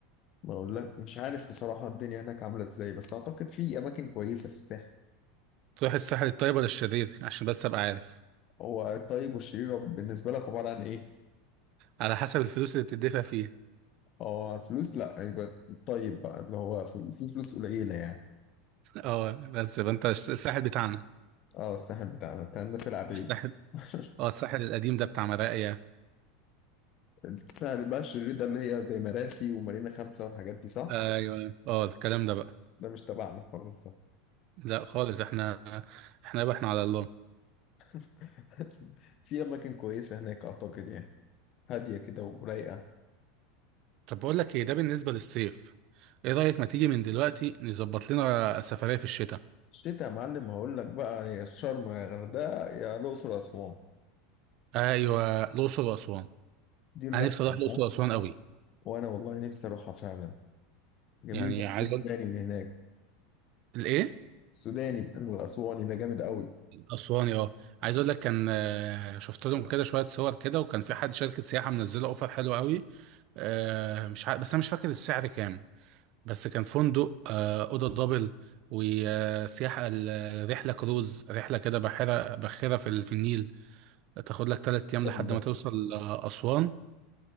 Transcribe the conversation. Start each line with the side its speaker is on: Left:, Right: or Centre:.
Left: ما اقول لك مش عارف بصراحة الدنيا هناك عاملة ازاي بس اعتقد في اماكن كويسة في الساحل
Right: تروح الساحل الطيب ولا الشرير عشان بس أبقى عارف
Left: هو الطيب والشرير رب- بالنسبة لك عبارة عن إيه؟
Right: على حسب الفلوس اللي بتدفع فيه
Left: اه الفلوس لأ يبقى الطيب بقى اللي هو في في فلوس قليلة يعني
Right: <laughs> اه بس يبقى أنت الس- الساحل بتاعنا
Left: اه الساحل بتاعنا بتاع الناس العادية
Right: الساحل
Left: <laughs>
Right: اه الساحل القديم ده بتاع مراقيا
Left: الساحل بقى الشرير ده اللي هي زي مراسي ومارينا خمسة والحاجات دي صح؟
Right: ايوه اه الكلام ده بقى
Left: ده مش تبعنا خالص ده
Right: لا خالص احنا احنا بقى احنا على الله
Left: <laughs> في أماكن كويسة هناك أعتقد يعني هادية كده ورايقة
Right: طب بقول لك ايه ده بالنسبه للصيف ايه رايك ما تيجي من دلوقتي نظبط لنا سفريه في الشتاء
Left: الشتا يا معلم هقول لك بقى يا شرم يا غردقة يا الأقصر وأسوان
Right: ايوه الاقصر واسوان
Left: دي الرحلة
Right: انا نفسي
Left: بقى
Right: اروح الاقصر واسوان قوي
Left: وأنا والله نفسي أروحها فعلا جميل
Right: يعني عايز اقول
Left: تاني من هناك
Right: الايه
Left: السوداني بتاع الأسواني ده جامد قوي
Right: اسواني اه عايز اقول لك كان آه، شفت لهم كده شويه صور كده وكان في حد شركه سياحه منزله اوفر حلو قوي آه، مش عارف بس انا مش فاكر السعر كام بس كان فندق آه، اوضه دبل وسياحه الرحله كروز رحله كده بحيره باخره في ال- في النيل تاخد لك ثلاث ايام
Left: حلو
Right: لحد
Left: ده
Right: ما توصل آه، اسوان